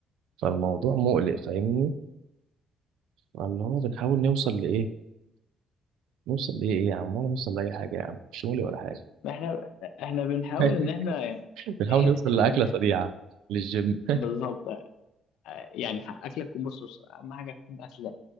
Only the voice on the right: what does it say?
فالموضوع مقلق فاهمني فاللي هو بنحاول نوصل لايه نوصل لإيه يا عم ولا نوصل لأي حاجة يا عم مش مولي ولا حاجة
<laughs>
بنحاول
نوصل لأكلة سريعة للجيم